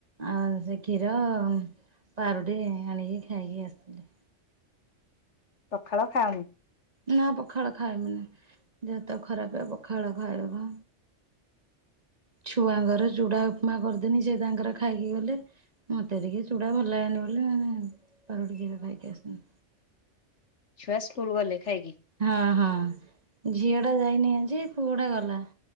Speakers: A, on the right; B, on the left.
A: ଆଁ ସେ କ୍ଷୀର ପାରୁଟି ଆଣିକି ଖାଇକି ଆସିଲି।
B: ସକାଳ ଖାଅନି?
A: ନାଁ ପଖାଳ ଖାଏନି ଦେହତ ଖରାପେ ପଖାଳ ଖାଇବ ଛୁଆଙ୍କର ଚୁଡା ଉପମା କରିଦେନି ସେ ତାଙ୍କର ଖାଇକି ଗଲେ। ମତେ ଟିକେ ଚୁଡା ଭଲ ଲାଗେନି ବୋଲି ମୁଁ ପାରୁଟି କ୍ଷୀର ଖାଇକି ଆସିନି।
B: ଛୁଆ ସ୍କୁଲ ଗଲେ ଖାଇକି?
A: ହଁ ହଁ ଝିଅଟା ଯାଇନି ଆଜି ପୁଅଟା ଗଲା।